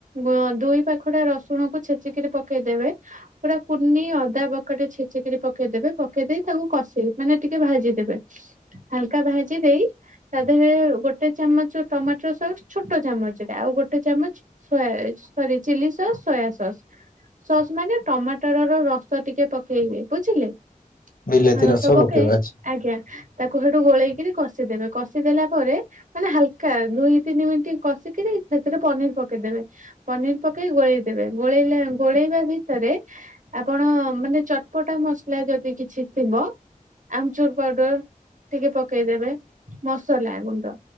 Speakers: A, on the right; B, on the left.
A: ଗଁ ଦୁଇ ପାଖଡା ରସୁଣକୁ ଛେଚିକିରି ପକେଇଦେବେ। ପୁରା କୁନି ଅଦା ବକଟେ ଛେଚିକିରି ପକେଇଦବେ ପକେଇ ଦେଇେଇ ତାଙ୍କୁ କଷେଇ ମାନେ ଟିକେ ଭାଜିଦେବେ। ହାଲକା ଭାଜିଦେଇ ତା ଦେହରେ ଗୋଟେ ଚାମଚ ଟମାଟର ସସ୍ ଛୋଟ ଚାମଚ, ଆଉ ଗୋଟେ ଚାମଚ soya sorry chilli sauce, soya sauce. Sauce ମାନେ ଟମାଟର ର ରସ ଟିକେ ପକେଇବେ ବୁଝିଲେ।
B: ବିଲାତି
A: ହଁ ରସ ପକେଇ
B: ପକେଇବା ଆଚ୍ଛା।
A: ଆଜ୍ଞା ତାକୁ ହେଠୁ ଗୋଳେଇକିରି କଷିଦେବେ। କଷିଦେଲା ପରେ ମାନେ ହାଲକା ଦୁଇ ତିନି ମିନିଟ୍ କଷିକିରି ସେଥିରେ ପନିର ପକେଇଦେବ। ପନିର ପକେଇ ଗୋଳେଇ ଦେବେ ଗୋଳେଇଲେ ଗୋଳେଇବା ଭିତରେ ଆପଣ ମାନେ ଚଟପଟା ମସଲା ଯଦି କିଛି ଥିବ ଆମଚୁର ପାଉଡର ଟିକେ ପକେଇଦେବେ। ମସଲା ଗୁଣ୍ଡ